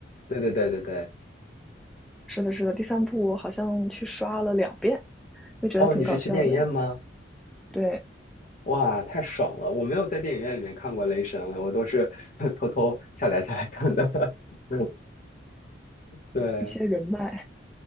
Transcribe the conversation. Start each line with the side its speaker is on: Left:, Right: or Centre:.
Left: 对对对对对。
Centre: 是的，是的，第三部我好像去刷了两遍，就觉得挺搞笑的。
Left: 哦，你是去电影院吗？
Centre: 对，
Left: 哇，太爽了！我没有在电影院里面看过《雷神》，我都是 <laughs> 偷偷下载下来看的。<laughs> 嗯，对。
Centre: 一些人脉，